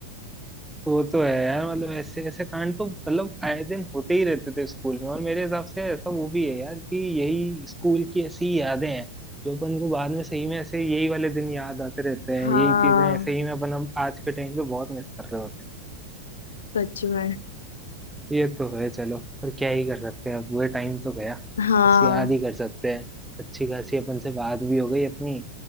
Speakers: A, in the centre; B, on the left.
A: तो वो तो है यार मतलब ऐसे ऐसे कांड तो मतलब आए दिन होते ही रहते थे स्कूल में और मेरे हिसाब से ऐसा वो भी है यार कि यही स्कूल की ऐसी ही यादें हैं जो अपन को बाद में सही में ऐसे यही वाले दिन याद आते रहते हैं
B: हाँ
A: यही चीजें सही में अपन अब आज के टाइम पे बहुत मिस कर रहे होते हैं
B: सच में
A: ये तो है चलो पर क्या ही कर सकते हैं अब वो टाइम तो गया
B: हाँ
A: बस याद ही कर सकते हैं अच्छी खासी अपन से बात भी हो गई अपनी